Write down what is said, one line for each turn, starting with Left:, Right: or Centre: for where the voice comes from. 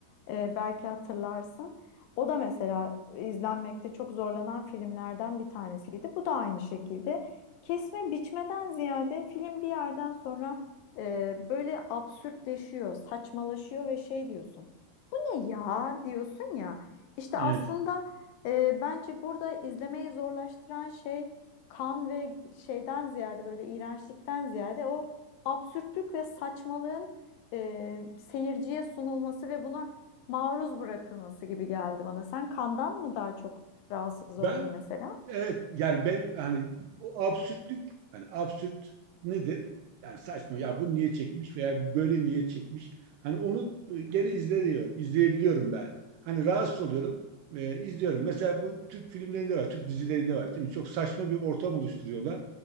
Left: E, belki hatırlarsın. O da mesela izlenmekte çok zorlanan filmlerden bir tanesiydi. Bu da aynı şekilde. Kesme biçmeden ziyade film bir yerden sonra e, böyle absürtleşiyor, saçmalaşıyor ve şey diyorsun. Ne ya diyorsun ya. İşte
Right: Evet.
Left: aslında e, bence burada izlemeyi zorlaştıran şey kan ve şeyden ziyade böyle iğrençlikten ziyade o absürtlük ve saçmalığın e, seyirciye sunulması ve buna maruz bırakılması gibi geldi bana. Sen kandan mı daha çok rahatsız
Right: Ben
Left: oldun mesela?
Right: evet yani ben hani o absürtlük hani absürt nedir? Yani saçma ya bunu niye çekmiş veya böyle niye çekmiş? Hani onu e, geri izleniyor, izleyebiliyorum ben. Hani rahatsız oluyorum, e, izliyorum. Mesela bu Türk filmlerinde var, Türk dizilerinde var. Değil mi? Çok saçma bir ortam oluşturuyorlar.